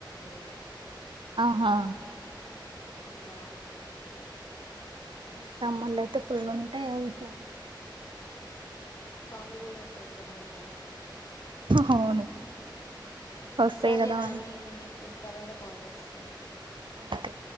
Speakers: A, on the left; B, on the right.
A: వీళ్ళు
B: ఆహా
A: బాగుంటయి అ
B: మీ సమ్మర్లు అయితే ఫుల్ ఉంటాయి అ క్లోవర్స్
A: పాముూలులు వత్తాయి కదా దానివల్
B: అవును వస్తాయి
A: సరేరా
B: కదా అని
A: నే స్కూల్ తర్వాత కాల్ చేస్తాల
B: ఓకే